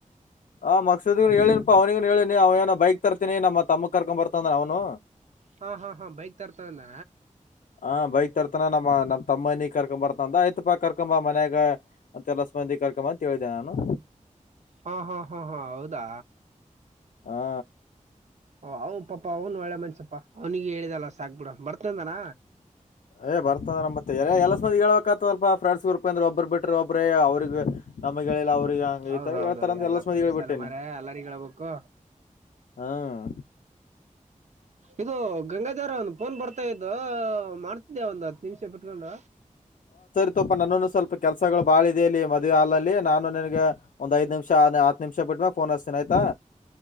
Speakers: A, on the left; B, on the right.
A: ಆ ಮಕ್ಸುದಿಗೂ ಹೇಳಿನ್ಪಾ ಅವ್ನಿಗುನು ಹೇಳಿನಿ ಅವ್ನ್ ಏನೋ ಬೈಕ್ ತರ್ತೀನಿ ನಮ್ ತಮ್ಮ ಕರ್ಕೊಮ್ ಬರ್ತನೆ ಅವ್ನು
B: ಹಾ ಹಾ ಹಾ ಬೈಕ್ ತರ್ತಿದಾನ
A: ಹ ಬೈಕ್ ತರ್ತಾನ ನಮ್ಮ ನಮ್ಮ ತಮ್ಮನಿಗೆ ಕರ್ಕ್ ಬರ್ತ. ಚಂದ ಆಯ್ತಪ್ಪಾ ಕರ್ಕೊಂಬ ಮನ್ಯಾಗ ಅಂತೆಲ್ಲ ಮಂದಿ ಕರ್ಕೊಂಡ ಬಾ ಅಂತೇಳಿದೆನೆ ನಾನು
B: ಹಾ ಹಾ ಹಾ ಹಾ ಹೌದಾ
A: ಹಾ
B: ಅವ ಪಾಪಾ ಅವನು ಒಳ್ಳೆ ಮನುಷ ಅವ್ನಿಗೆ ಹೇಳಿದಲ್ಲ ಸಾಕ್ ಬಿಡ ಬರ್ತಂದಾನ
A: ಏ ಬರ್ತದ ನ ಮತ್ತೆ ಎಲ್ಲ ಸಂದಿ ಹೇಳ್ಬೇಕತ ಅಲ್ಪ ಫ್ರೆಂಡ್ಸ್ ಗ್ರೂಪ್ ಅಂದ್ರ ಒಬರು ಬಿಟ್ರ ಒಬ್ರೇ ಅವ್ರಿಗೆ ನಮ್ಗ ಹೇಳಿಲ್ಲಾ ಅವ್ರಿಗೆ ಹಂಗ
B: ಹೌದೌದು
A: ಈತರ ಹೇಳ್ತಾರ ಅಂತ
B: ಎಲ್ಲ
A: ಎಲ್ಲಸ ಮಂದಿಗೆ
B: ಫ್ರೆಂಡ್ಸ್
A: ಹೇಳಿ ಬಿಟ್ಟೇನೆ
B: ಎಲ್ಲ ಮಾರೆ ಎಲ್ಲರಿಗೂ ಹೇಳ್ಬೇಕು
A: ಹ್ಮ
B: ಇದು ಗಂಗಾಧವರ ಒಂದು ಫೋನ್ ಬರ್ತಾ ಇದ ಮಾಡ್ ಇದೇ ಒಂದ್ ಹತ್ತು ನಿಮಿಷ ಬಿಟ್ಕೊಂಡ್
A: ಪ್ಪ ನನ್ನನ್ನು ಸ್ವಲ್ಪ ಕೆಲಸಗಳು ಬಾಳ ಇದದೆ ಇಲ್ಲಿ ಮದುವೆ ಹಾಲಲ್ಲಿ ನಾನು ನಿನಗ ಒಂದ್ ಐದು ನಿಮಿಷ ಹತ್ ನಿಮಿಷ ಬಿಟ್ಟ್ಮೇಾಗ ಫೋನ್ ಹಚ್ಚತೀನಿ ಆಯ್ತಾ.